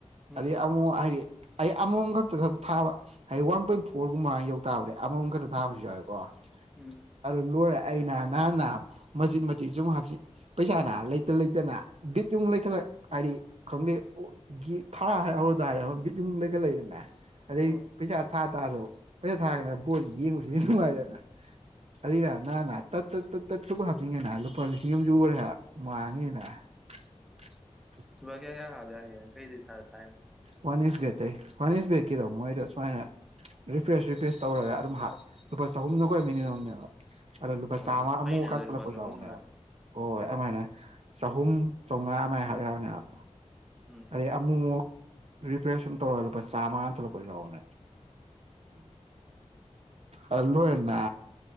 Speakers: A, in the centre; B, on the right.
A: ꯎꯝ
B: ꯑ ꯑꯃꯣ ꯍꯥꯏꯗꯤ ꯑꯩ ꯑꯃꯨꯝ ꯈꯛꯇ ꯊꯥꯕ ꯍꯥꯏꯗꯤ ꯋꯥꯟ ꯄꯣꯏꯟ ꯐꯣꯔꯒꯨꯝꯕ ꯌꯧ ꯇꯥꯕꯅꯦ ꯑꯃꯃꯝ ꯈꯛꯇ ꯊꯥꯕꯁꯨ ꯌꯥꯎꯏꯀꯣ
A: ꯎꯝ
B: ꯑꯔ ꯂꯣꯔꯦ ꯑꯩꯅ ꯅꯍꯥꯟꯟꯅ ꯃꯆꯤꯠ ꯃꯆꯤꯠ ꯁꯨꯝ ꯍꯥꯞ ꯄꯩꯁꯥꯅ ꯂꯩꯇ ꯂꯩꯇꯅ ꯕꯤꯠ ꯌꯨꯝ ꯂꯩꯈꯠꯂꯛ ꯍꯥꯏꯗꯤ ꯈꯪꯗꯦ ꯒꯤ ꯊꯥ ꯍꯧꯔ ꯇꯥꯔꯦ ꯑꯃ ꯕꯤꯠ ꯌꯨꯡ ꯂꯩꯈꯠ ꯂꯛꯏꯗꯅꯦ ꯑꯗꯩ
A: ꯎꯝ
B: ꯄꯩꯁꯥ ꯊꯥ ꯇꯥꯔꯁꯨ ꯄꯩꯁꯥ ꯊꯥꯒꯅ ꯕꯣꯠꯁꯤ ꯌꯦꯡꯕꯁꯨ ꯌꯥꯝ ꯅꯨꯡꯉꯥꯏꯗꯅ ꯑꯔꯤꯔ ꯅꯍ ꯇꯠ ꯇꯠ ꯇꯠ ꯇꯠ ꯁꯨ ꯍꯥꯞꯆꯤꯟꯒꯦꯅ ꯂꯨꯄꯥ ꯂꯤꯁꯤꯡ ꯑꯝ ꯁꯨꯒꯔ‌ꯦ ꯍꯥꯏꯕ ꯃꯥꯡꯉꯤ ꯁꯤ ꯅ <unintelligible>
A: ꯂꯨꯄꯥ ꯀꯌꯥ ꯀꯌꯥ ꯍꯥꯞ ꯌꯥꯒ‌ꯦ ꯅꯪ ꯀꯩꯗꯩ ꯆꯪ ꯊꯥꯏꯅ‌ꯣ
B: ꯋꯥꯟ ꯏꯁꯁ ꯕꯦꯠꯇꯩ ꯋꯥꯟ ꯏꯁ ꯕꯦꯒꯀꯤꯗꯣ ꯃꯣꯏꯗꯣ ꯁꯨꯃꯥꯏꯅ ꯔꯤꯐ꯭ꯔꯦꯁ ꯔꯤꯐ꯭ꯔꯦꯁ ꯇꯧꯔꯒ ꯑꯗꯨꯝ ꯂꯨꯄꯥ ꯆꯍꯨꯝꯅ ꯈꯣꯏ ꯃꯤꯅꯤꯃꯝꯅꯦꯕ ꯑꯗ‌ꯣ ꯂꯨꯄꯥ
A: ꯑꯣ
B: ꯆꯥꯝꯃ ꯑꯃꯨꯛ
A: ꯐꯩꯅꯦ
B: ꯀꯩ
A: ꯑꯗꯨ
B: ꯊ‌ꯣꯛꯂꯛꯄ
A: ꯂꯨꯄꯥ ꯆꯍꯨꯝ
B: ꯌꯥꯎꯕꯅ‌ꯦꯕ
A: ꯑꯣꯏꯔꯗꯤ
B: ꯍꯣꯏ ꯍꯣꯏ ꯑꯗꯨꯃꯥꯏꯅ ꯆꯍꯨꯝ ꯆꯥꯎꯉꯥ ꯑꯃꯥꯏꯅ ꯍꯥꯞ ꯌꯥꯕꯅꯦꯕ
A: ꯎꯝ
B: ꯑꯗꯩ ꯑꯃꯨꯛꯃꯨꯛ ꯔꯤꯄꯌꯔ ꯁꯨꯝ ꯇꯧꯔꯒ ꯂꯨꯄꯥ ꯆꯥꯝꯃꯉꯥ ꯊꯣꯛꯂꯛꯄ ꯂꯥꯛꯑꯣꯅꯦ ꯑ ꯂꯣꯏꯟꯅ